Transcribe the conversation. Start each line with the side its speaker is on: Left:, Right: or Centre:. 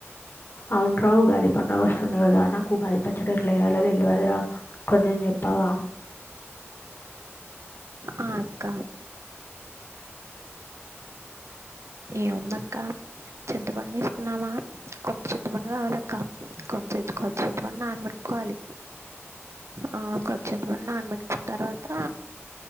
Left: అవున రావు ఉగాది పండుగ వస్తుంది కదా నాక్ ఉగాది పచ్చడ ఎట్లా చేయాలో తెల్వదిరా కొంచం చెప్పావా
Right: ఆ అక్క ఏముందక్క చింతపండు తీసుకున్నామా కొత్త చింతపండు కావాలక్క కొంచం కొత్త చింతపండు నానబెట్టుకోవాలి. ఆ కొత్త చింతపండును నానబెట్టుకున్న తర్వాత